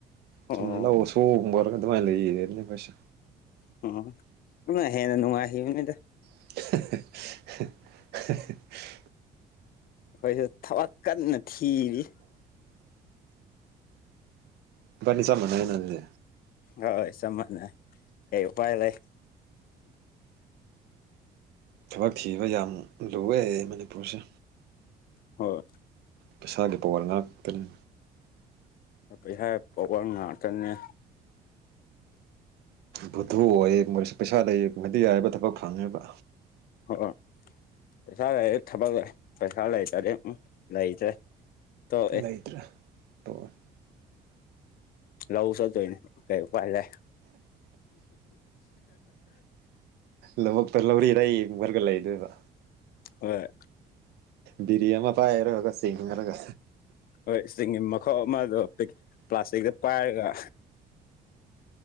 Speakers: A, on the left; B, on the right.
A: ꯑꯣ
B: ꯆꯨꯝ ꯂ ꯁꯣꯔꯒ ꯑꯗꯨꯃꯥꯏ ꯂꯩꯗꯦ ꯄꯁꯦ
A: ꯑꯣ ꯎ ꯍꯦꯟꯅ ꯅꯨꯡꯉꯥꯏꯕꯅꯤꯗ
B: ꯍ ꯍ ꯍ
A: ꯑꯩꯈꯣꯏꯁꯨ ꯊꯕꯛ ꯀꯟꯅ ꯊꯤꯔꯤ
B: ꯏꯕꯟꯅꯤ ꯆꯞ ꯃꯅꯩꯅꯦ ꯑꯗꯨꯗꯤ
A: ꯍꯣꯏ ꯆꯞ ꯃꯅꯩ ꯀꯩ ꯎꯄꯥꯏ ꯂꯩ
B: ꯊꯕꯛ ꯊꯤꯕ ꯌꯥꯝ ꯂꯨꯋꯦ ꯃꯅꯤꯄꯨꯔꯁꯦ
A: ꯍꯣꯏ
B: ꯄꯩꯁꯥꯒꯤ ꯄꯋ꯭ꯔꯥ ꯉꯥꯛꯇꯅꯤ
A: ꯄꯩꯁꯥ ꯄꯣꯛꯀꯣꯟ ꯉꯥꯛꯇꯅꯦ
B: ꯕꯨꯗꯨ ꯑꯣꯏꯌꯦ ꯃꯣꯏꯁꯨ ꯄꯩꯁꯥ ꯂꯩꯌꯦ ꯃꯣꯏꯗꯤ ꯌꯥꯔꯤꯕ ꯊꯕꯛ ꯐꯪꯉꯦꯕ
A: ꯑꯣ ꯄꯩꯁꯥ ꯂꯩꯔꯦ ꯊꯕꯛ ꯂꯩ ꯄꯩꯁꯥ ꯂꯩꯇꯗꯤ ꯂꯩꯇꯦ ꯇꯣꯛ ꯑꯦ
B: ꯂꯩꯇ꯭ꯔꯦ ꯇꯣꯛꯑꯦ
A: ꯂꯥꯎ ꯆꯠꯇꯣꯏꯅꯦ ꯀꯩ ꯎꯄꯥꯏ ꯂꯩ
B: ꯂꯧꯕꯨꯛꯇ ꯂꯧꯔꯤꯗ ꯑꯩ ꯑꯃꯨꯛ ꯌꯨꯡꯂꯒ ꯂꯩꯗꯣꯏꯕ
A: ꯍꯣꯏ
B: ꯕꯤꯔꯤꯌꯥ ꯑꯃ ꯄꯥꯏꯔꯒ ꯆꯤꯡꯂꯒ
A: ꯍꯣꯏ ꯆꯤꯡꯒꯤ ꯃꯈꯥꯣꯛ ꯑꯃ ꯄ ꯄ꯭ꯂꯥꯁꯇꯤꯛꯇ ꯄꯥꯏꯔꯒ